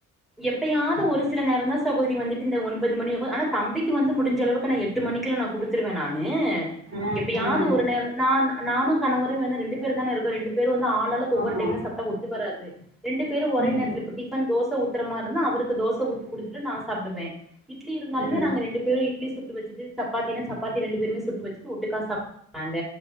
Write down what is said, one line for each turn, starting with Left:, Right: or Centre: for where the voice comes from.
Centre: எப்பயாது ஒரு சில நேரோ தா சகோதரி வந்துட்டு இந்த ஒன்பது மணி <unintelligible> அனா தம்பிக்கு வந்து முடிஞ்சளவுக்கு நா எட் எட்டு மணிக்குலா நா குடுத்துருவே நானு
Right: ம்
Centre: எப்பயாது
Right: ம்
Centre: ஒரு நேரோ நா நானு கணவரு வேண்ணா ரெண்டு பேர் தான இருக்கோ ரெண்டு பேரு வந்து ஆ ஆளாளுக்கு ஒவ்வொரு
Right: ஆமா
Centre: டைம்லா சாப்டா ஒத்து வராது ரெண்டு பேரு ஒரே
Right: ம்
Centre: நேரத்துல இப்ப டிபன் தோச ஊத் க்கற மார்ருந்தா அவுருக்கு தோச ஊத்தி குடுத்துட்டு நா சாப்டுவே இட்லி இருந்தாலுமே
Right: ம்
Centre: நாங்க ரெண்டு பேரு இட்லி சுட்டு வச்சிட்டு சப்பாத்தினா சப்பாத்தி ரெண்டு பேருமே சுட்டு வச்சுட்டு ஒட்டுக்கா சாப் <inaudible> றாங்க